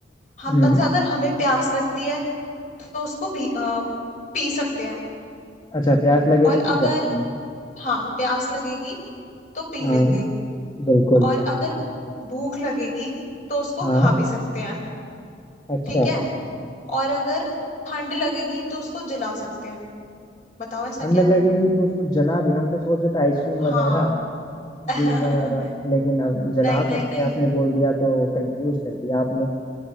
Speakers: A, on the left; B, on the left.
A: हम
B: हम्म
A: मतलब अगर हमें प्यास लगती है तो उसको भी अ, पी सकते हैं
B: अच्छा प्यास लगे
A: और
B: तो पी
A: अगर
B: सकते हैं
A: हाँ प्यास लगेगी तो पी
B: हाँ
A: लेंगे
B: बिल्कुल
A: और अगर भूख लगेगी तो उसको
B: हाँ
A: खा भी सकते हैं
B: अच्छा
A: ठीक है और अगर ठंड लगेगी तो उसको जला सकते हैं बताओ ऐसा
B: ठंड
A: क्या
B: लगेगी
A: है
B: तो उसको जला भी हम तो सोच रहे थे आइसक्रीम
A: हाँ
B: वगैरह
A: <laughs>
B: जूस वगैरह लेकिन अब जला
A: नहीं नहीं
B: सकते
A: नहीं
B: हैं आपने बोल दिया तो कंफ्यूज कर दिया आपने